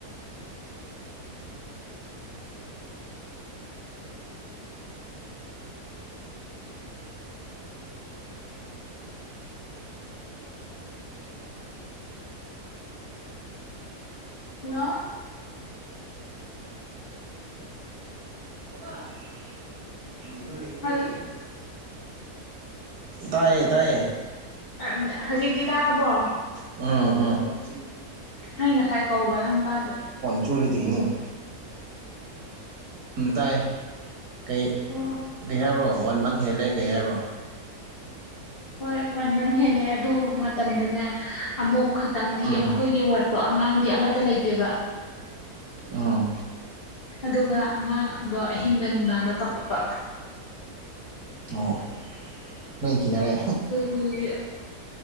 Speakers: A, on the left; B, on the right.
A: ꯍꯜꯂꯣ
B: <inaudible>
A: ꯍꯜꯂꯣ
B: ꯇꯥꯌꯦ ꯇꯥꯌꯦ
A: ꯑꯝ ꯍꯧꯖꯤꯛꯇꯤ ꯇꯥꯔꯕꯣ
B: ꯎꯝ ꯎꯝ
A: ꯑꯩ ꯉꯁꯥꯏ ꯀꯧꯕ ꯅꯪ ꯇꯥꯗꯦ
B: ꯆꯨꯔꯤꯗꯤꯅꯤ ꯨꯑꯝ ꯇꯥꯏꯑꯦ ꯀꯩ
A: ꯑꯣ
B: ꯀꯩ ꯍꯥꯏꯕ꯭ꯔꯣ ꯋꯥꯟ ꯃꯟ ꯍꯦꯜꯂꯦ ꯀꯩ ꯍꯥꯏꯕ꯭ꯔꯣ
A: ꯍꯣꯏ ꯋꯥꯟ ꯃꯟ ꯍꯦꯜꯂꯦ ꯑꯗꯨꯕꯨ ꯃꯇꯝꯗꯅꯦ ꯑꯃꯨꯛ ꯈꯇꯪꯗꯤ
B: ꯎꯝ
A: ꯑꯩꯈꯣꯏꯒꯤ ꯋꯥ ꯇꯣ ꯑꯉꯥꯡꯗꯤ ꯑꯃꯠꯇ ꯂꯩꯇꯦꯕ
B: ꯑꯥ
A: ꯑꯗꯨꯒ ꯑꯉꯥꯡꯗꯣ ꯑꯍꯤꯡꯗ ꯅꯨꯡꯗꯥꯡꯗ ꯀꯞꯄꯛꯄ
B: ꯑꯣ ꯅꯣꯏ ꯀꯤꯅꯔꯦ
A: ꯑꯩꯒꯤ